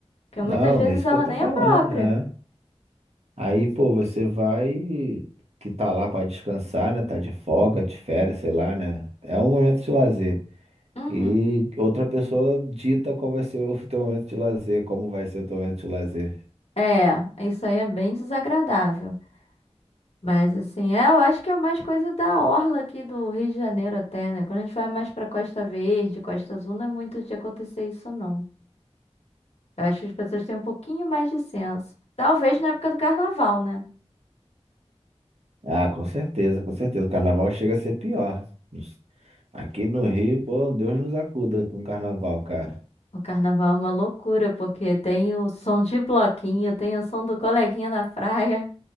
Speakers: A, on the left; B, on the right.
A: Porque
B: Não,
A: muitas vezes
B: é isso
A: ela
B: que eu tô
A: nem
B: falando,
A: é própria.
B: né? Aí, pô, você vai que tá lá pra descansar, né? Tá de folga, de férias, sei lá, né? É um momento de lazer.
A: Uhum.
B: E outra pessoa dita qual vai ser o <laughs> teu momento de lazer, como vai ser o teu momento de lazer.
A: É, isso aí é bem desagradável. Mas assim, é, eu acho que é mais coisa da orla aqui do Rio de Janeiro até, né? Quando a gente vai mais para Costa Verde, Costa Azul, não é muito de acontecer isso, não. Eu acho que as pessoas têm um pouquinho mais de senso. Talvez na época do carnaval, né?
B: Ah, com certeza, com certeza. O carnaval chega a ser pior. Nos- Aqui no Rio, pô, Deus nos acuda com o carnaval, cara.
A: O carnaval é uma loucura, porque tem o som de bloquinho, tem o som do coleguinha na praia.